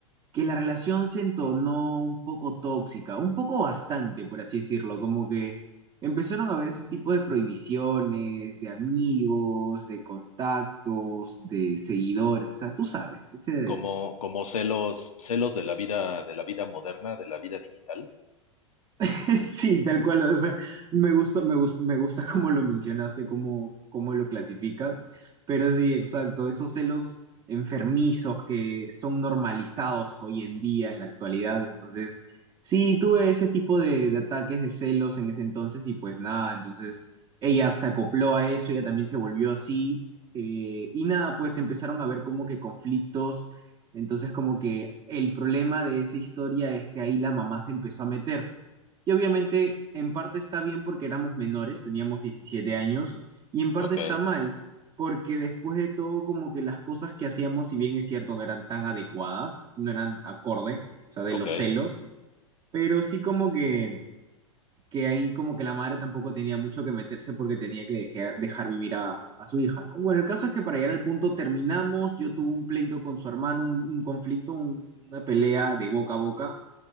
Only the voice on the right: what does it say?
que la relación se entonó un poco tóxica, un poco bastante, por así decirlo, como que empezaron a haber esos tipos de prohibiciones, de amigos, de contactos, de seguidores, o sea, tú sabes, ese,
<laughs> Sí, tal cual. O sea, me gusta, me gusta, me gusta cómo lo mencionaste, cómo, cómo lo clasificas. Pero sí, exacto. Esos celos enfermizos que son normalizados hoy en día, en la actualidad. Entonces, sí, tuve ese tipo de, de ataques de celos en ese entonces y pues nada, entonces ella se acopló a eso, ella también se volvió así. eh, y nada, pues empezaron a ver como que conflictos. Entonces, como que el problema de esa historia es que ahí la mamá se empezó a meter. Y obviamente en parte está bien porque éramos menores, teníamos 17 años, y en parte
está mal porque después de todo como que las cosas que hacíamos, si bien es cierto, no eran tan adecuadas, no eran acorde, o sea, de
los celos, pero sí como que, que ahí como que la madre tampoco tenía mucho que meterse porque tenía que dejar, dejar vivir a, a su hija, ¿no? Bueno, el caso es que para llegar al punto terminamos, yo tuve un pleito con su hermano, un, un conflicto, un- una pelea de boca a boca